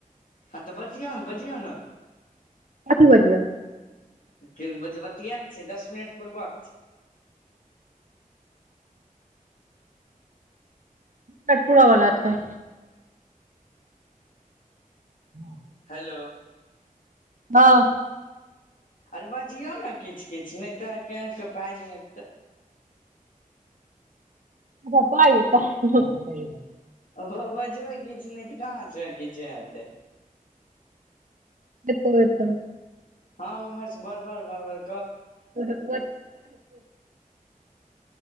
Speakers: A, on the left; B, on the right.
A: हँ तऽ बचििय ने बचििय ने।
B: कथी बिियौ।
A: क बजी बात। क आ छै दस मिनट पूब आ।
B: कठपुरा वाला थ। ह।
A: हेलो।
B: वाह।
A: आर बजियौ ने किछु किछु नहि तऽ कसके पाइ नहि हत तै।
B: अच्छ प त।
A: ओ बजबै किछु नहि तऽ कहाँसँ किछु हेतै।
B: दप बेत।
A: हँर् बरबर बरबर।
B: क ब। क प